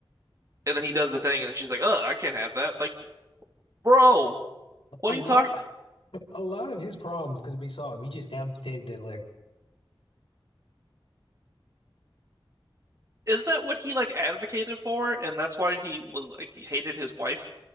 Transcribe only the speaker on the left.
A lot.
a lot of his problems could be solved. He just amputated that leg.